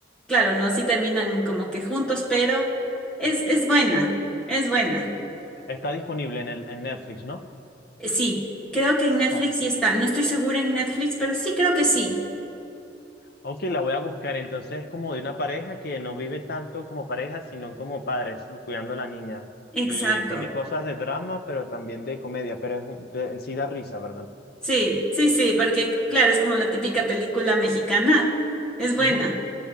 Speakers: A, in the centre; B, on the left.
A: claro, no, sí terminan como que juntos, pero es, es buena, es buena.
B: Está disponible en el, en Netflix, ¿no?
A: Eh, Sí, creo que en Netflix
B: Oh.
A: sí está. No estoy segura en Netflix, pero sí creo que sí.
B: Ok, la voy a buscar. Entonces es como de una pareja que no vive tanto como pareja, sino como padres y cuidando a la niña.
A: Exacto.
B: Y tiene cosas de drama, pero también de comedia, pero es un- de- sí da risa, ¿verdad?
A: Sí, sí, sí, porque claro, es como la típica película mexicana. Es buena.
B: Ujú.